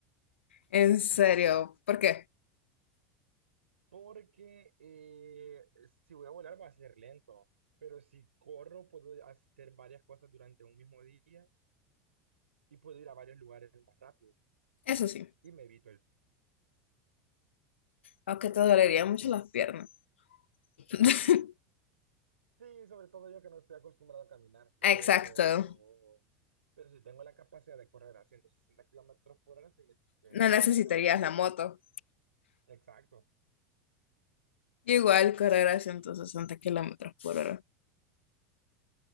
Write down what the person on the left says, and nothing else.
En serio, ¿por qué?
Eso sí,
aunque te dolería mucho las piernas. <laughs>
Exacto,
no necesitarías
la
moto.
Igual correr a 160 kilómetros por hora.